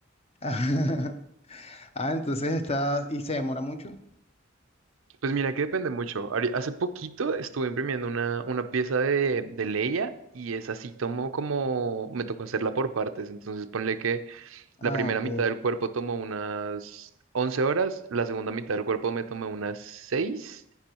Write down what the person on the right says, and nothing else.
Pues mira que depende mucho. Ahori- Hace poquito estuve imprimiendo una, una pieza de, de Leia y esa sí tomó como, me tocó hacerla por partes, entonces ponle que...
La primera
mitad del cuerpo tomó unas 11 horas, la segunda mitad del cuerpo me tomó unas 6